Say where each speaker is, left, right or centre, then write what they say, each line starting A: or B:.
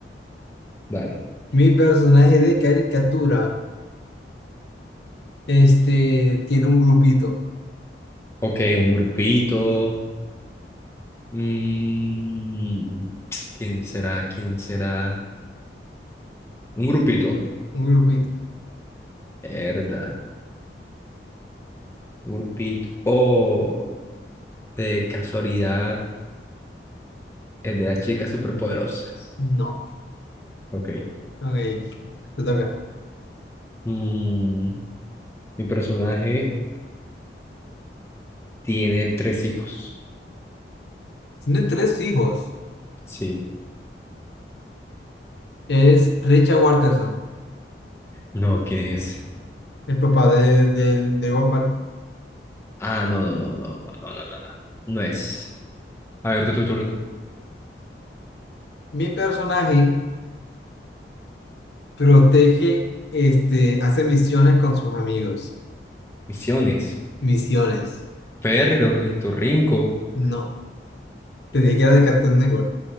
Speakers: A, on the left (about 15°); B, on the left (about 75°).
A: dale.
B: Mi personaje de caricatura, este, tiene un grupito.
A: Ok, un grupito. Mm, ¿quién será? ¿Quién será? Un grupito.
B: Un grupito.
A: Verdad. Un grupito. Oh, de casualidad, es de las chicas superpoderosas.
B: No.
A: Ok.
B: Ok, te toca.
A: Mm, mi personaje tiene tres hijos.
B: Tiene tres hijos.
A: Sí.
B: Es Richard Watterson.
A: No, ¿quién es ese?
B: el papá de, de, de Gumball.
A: Ah, no, no, no, no, no, no, no, no. No, no es. A ver, tu, tu turno.
B: Mi personaje protege, este, hace misiones con sus amigos.
A: Misiones.
B: Misiones.
A: Perry, el ornitorrinco.
B: No, te dije que era de Cartoon Network.